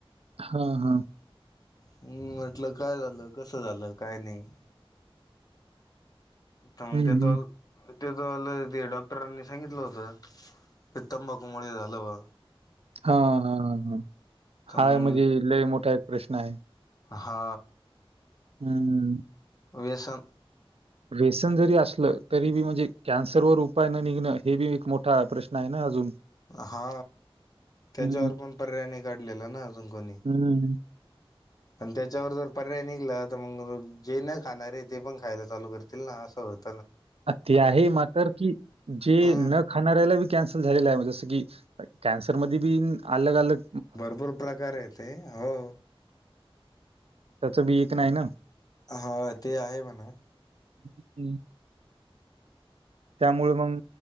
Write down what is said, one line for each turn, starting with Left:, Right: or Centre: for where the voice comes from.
Right: हा हा.
Left: हम् म्हटलं काय झालं कसं झालं काय नाही? त म्हन
Right: हं,
Left: का
Right: हं.
Left: त ते आलं ते डॉक्टरांनी सांगितलं होतं. की तंबाखू मुळे झालं बा
Right: हा हा हा हा
Left: तर
Right: हाय
Left: मग
Right: म्हणजे ल मोठा एक प्रश्न आहे.
Left: हा.
Right: हम्म.
Left: व्यसन.
Right: व्यसन जरी असलं तरी बी म्हणजे कॅन्सरवरर उपाय न निघणं हे बी एक मोठा प्रश्न आहे ना अजून
Left: हा त्याच्यावर
Right: हं,
Left: पण पर्यायने काढलेला ना अजून कोणी
Right: हं.
Left: पण त्याच्यावर जर पर्याय निघला तर मग जे न खाणार आहे ते पण खायला चालू करतील ना असं होत.
Right: ते आहे मात्र कि जे
Left: ह
Right: न खाणाऱ्याला कॅन्सल झालेला आहे जस क कॅन्सर मध्ये ब अलग अलग
Left: भरपूर प्रकार आहे ते हो.
Right: त्याच बी एक नाही ना.
Left: हा ते आहे म्हणा.
Right: ह हम. त्यामुळे मग